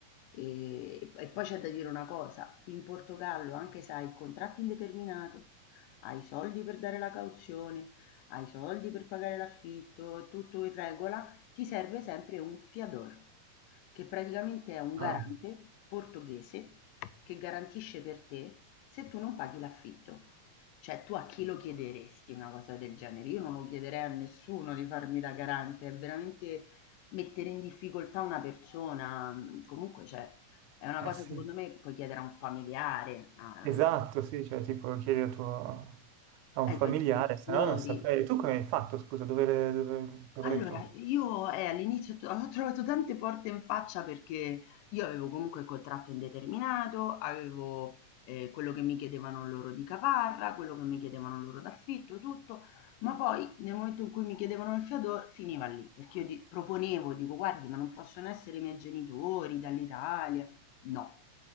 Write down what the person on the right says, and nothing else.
ah,
eh
sì,
esatto, sì, cioè tipo chiedi a, tuo- a un
familiare,
se no non saprei. Tu come hai fatto, scusa, dove, le- dove, dove
le trovi?